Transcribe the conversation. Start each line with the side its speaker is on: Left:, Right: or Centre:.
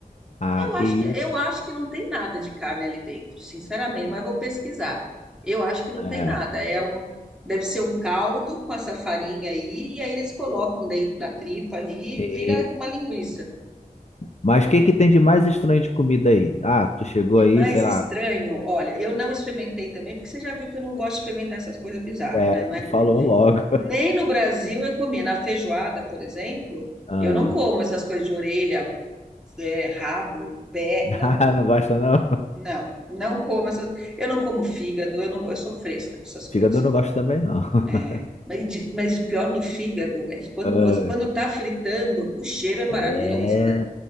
Left: Ah,
Centre: Eu
Left: que
Centre: acho que, eu
Left: isso.
Centre: acho que não tem nada de carne ali dentro, sinceramente, mas eu vou pesquisar. Eu acho que não
Left: É.
Centre: tem nada. É um, deve ser um caldo com essa farinha aí, e aí eles colocam dentro da tripa ali
Left: Eita.
Centre: e vira uma linguiça.
Left: Mas o que que tem de mais estranho de comida aí? Ah, tu chegou
Centre: De
Left: aí,
Centre: mais
Left: sei lá.
Centre: estranho, olha, eu não experimentei também, porque você já viu que eu não gosto de experimentar essas coisas bizarras,
Left: É,
Centre: né?
Left: é,
Centre: Não
Left: tu
Centre: é comigo.
Left: falou logo.
Centre: Nem no Brasil eu comia. Na feijoada, por exemplo,
Left: Ah,
Centre: eu não como essas coisas de orelha, é, rabo, pé,
Left: <laughs>
Centre: não
Left: Ah,
Centre: como.
Left: não gosta não?
Centre: Não, não como essas. Eu não como fígado, eu não, eu sou fresca para essas coisas.
Left: Fígado eu não gosto também não. <laughs>
Centre: É, mas, de- mas o pior do fígado é que quando
Left: Ah,
Centre: você, quando tá fritando, o cheiro é maravilhoso,
Left: É,
Centre: né?